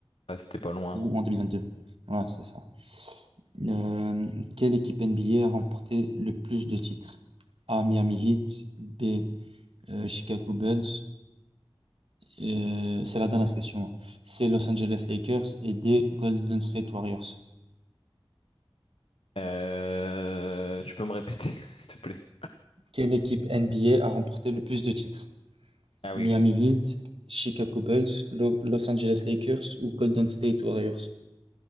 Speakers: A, on the left; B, on the right.
A: Ah, c'était pas loin.
B: ou
A: hein.
B: en 2022. Ouais, c'est ça. Euh, quelle équipe NBA a a remporté le plus de titres? A. Miami Heat. B. euh, Chicago Bulls. Euh, c'est la dernière question. hein. C. Los Angeles Lakers. Et D. Golden State Warriors.
A: Euh, Tu peux me répéter, <laughs> s'il te plaît?
B: Quelle équipe NBA a a remporté le plus de titres?
A: Ah oui,
B: Miami
A: ok.
B: Heat,
A: ouais.
B: Chicago Bulls, Lo- Los Angeles Lakers ou Golden State Warriors.